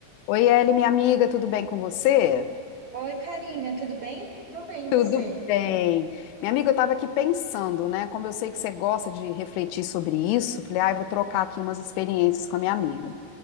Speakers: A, on the left; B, on the right.
A: Oi, Eli, minha amiga, tudo bem com você?
B: Oi, Karina, tudo bem? Tô bem, e você?
A: Tudo bem. Minha amiga, eu estava aqui pensando, né? Como eu sei que você gosta de refletir sobre isso, falei, ah, eu vou trocar aqui umas experiências com a minha amiga.